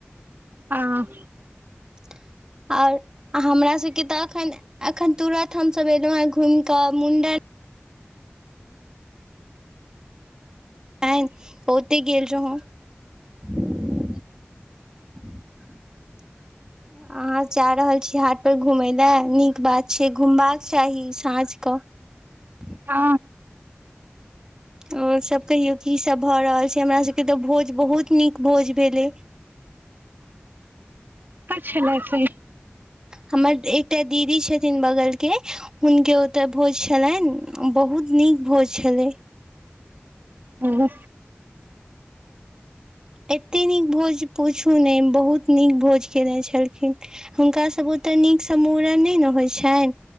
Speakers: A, on the right; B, on the right.
A: हँ
B: त <inaudible> आओर हमरासभके तऽ एखन एखन तुरन्त हमसभ अयलहुँ हेँ घूमि कऽ मुण्डन आ ओतय गेल रहौ ह <inaudible> अहाँ जा रहल छी हाट पर घुमय लए नीक बात छै घुमबाक चाही साँझ क ह <inaudible>
A: आ
B: ओ सब कहियौ की सब भऽ रहल छै हमरा सबके तऽ भोज बहुत नीक भोज भेलै
A: क छलै छै
B: हमर एकटा दीदी छथिन बगल के हुनके ओतऽ भोज छलनि बहुत बहुत नीक भोइ छलै
A: ह
B: एते नीक भोज पूछू नहि बहुत नीक भोज केने छलखिन हुनका सभ ओ ते नीक से मूड़न नहि ने होइ छनि